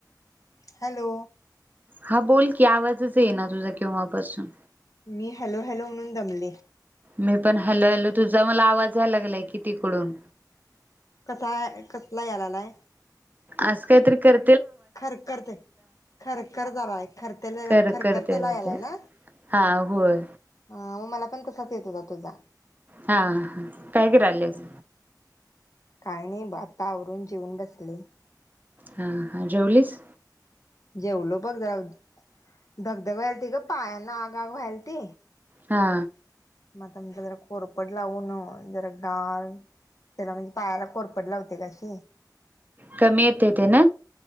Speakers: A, on the left (about 50°); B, on the right (about 25°).
A: hello
B: हा बोल की आवाजच येईना तुझा केव्हापासून
A: मी हॅलो हॅलो म्हणून दमले
B: मी पण हॅलो हॅलो तुझा मला आवाज याय लागलाय कि तिकडून
A: कसा कसला या लालाय
B: आसं काहीतरी कर
A: खरखरतंय खरखर जरा हाय खरतेल्या
B: कर
A: खरखरतेला
B: करतेल
A: यालालाय
B: ते हा होय
A: हा म मला पण तसाच येत हुता तुजा
B: हा काय करायल्यास
A: काय नाही बा आत्ता आवरून जेवून बसले
B: हा हा जेवलीस
A: जेवलो बघ जरा धगधग व्हयालती ग पायांना आग आग व्हायलती
B: हा
A: आता मी जरा कोरपड लावून जरा गाल त्याला म्हणजे पायाला कोरपड लावते ग कशी
B: कमी येतय तेन